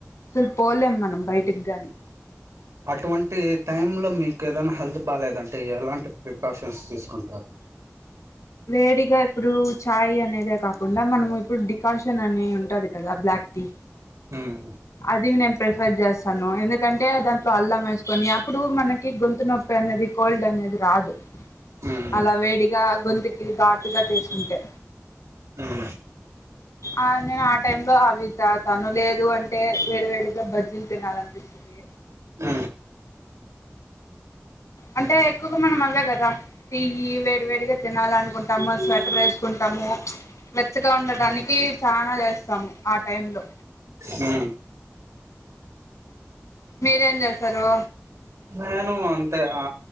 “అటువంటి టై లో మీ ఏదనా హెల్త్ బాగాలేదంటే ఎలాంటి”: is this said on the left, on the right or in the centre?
Right